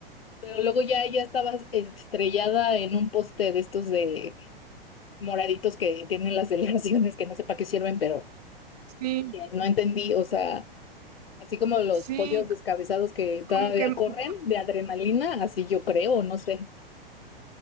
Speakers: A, on the left; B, on the right.
A: pero luego ya ella estaba estrellada en un poste de estos de moraditos que tienen las <laughs> delegaciones que no sé para qué sirven, pero
B: Sí,
A: dije, no entendí, o sea, así como los
B: sí,
A: pollos descabezados que
B: como
A: todavía
B: que
A: corren
B: yo,
A: de adrenalina, así yo creo, no sé.